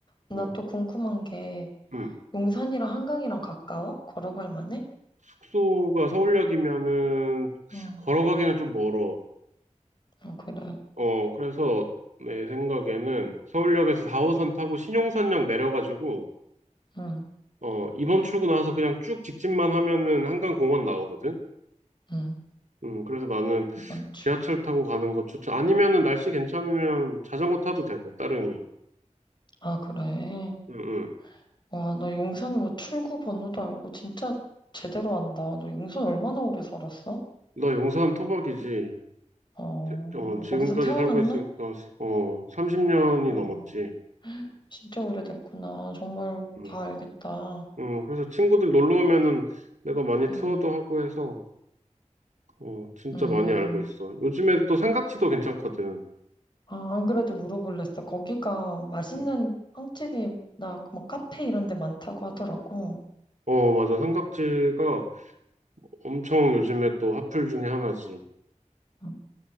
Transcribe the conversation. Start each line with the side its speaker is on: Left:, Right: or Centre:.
Left: 나
Right: 어,
Left: 또 궁금한 게,
Right: 음.
Left: 용산이랑 한강이랑 가까워? 걸어갈 만해?
Right: 숙소가 서울역이면은
Left: 응.
Right: 걸어가기는 좀 멀어.
Left: 어, 그래.
Right: 어, 그래서 내 생각에는 서울역에서 4호선 타고 신용산역 내려가지고
Left: 응,
Right: 어, 이번 출구 나와서 그냥 쭉 직진만 하면은 한강공원 나오거든.
Left: 응.
Right: 음, 그래서 나는
Left: 이번 주.
Right: 지하철 타고 가는 거 추천. 아니면은 날씨 괜찮으면 자전거 타도 되고 따릉이.
Left: 아, 그래.
Right: 음, 음.
Left: 와, 너 용산 뭐 출구 번호도 알고 진짜 제대로 안다. 너 용산 얼마나 오래 살았어?
Right: 나 용산 토박이지.
Left: 어,
Right: 태- 어, 지금까지
Left: 거기서 태어났나?
Right: 살고 있으니까, 어, 30년이
Left: 어,
Right: 넘었지.
Left: 진짜 오래됐구나. 정말
Right: 음.
Left: 다 알겠다.
Right: 음, 그래서 친구들 놀러 오면은 내가 많이
Left: 음,
Right: 투어도 하고 해서, 어, 진짜
Left: 음.
Right: 많이 알고 있어. 요즘에 또 삼각지도 괜찮거든.
Left: 아, 안 그래도 물어볼랬어. 거기가 맛있는
Right: 음.
Left: 빵집이나 뭐 카페 이런 데 많다고 하더라고.
Right: 어, 맞아. 삼각지가 엄청 요즘에 또 핫플 중에 하나지.
Left: 음.